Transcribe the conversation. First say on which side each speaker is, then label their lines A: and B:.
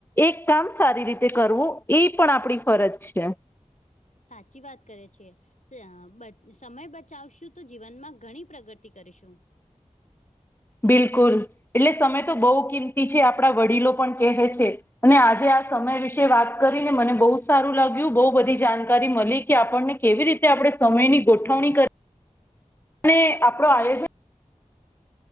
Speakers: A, on the left; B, on the left.
A: એક કામ સારી રીતે કરવું એ પણ આપણી ફરજ છે એમ.
B: સાચી વાત કરે છે. <unintelligible> સમય બચાવશું તો જીવનમાં ઘણી પ્રગતિ કરીશું.
A: બિલકુલ એટલે સમય તો બહુ કિંમતી છે આપણા વડીલો પણ કહે છે. અને આજે આ સમય વિશે વાત કરીને મને બહુ સારું લાગ્યું બહુ બધી જાણકારી મલી કે આપણને કેવી રીતે આપણે સમયની ગોઠવણી ક <inaudible> ને આપણો આયોજન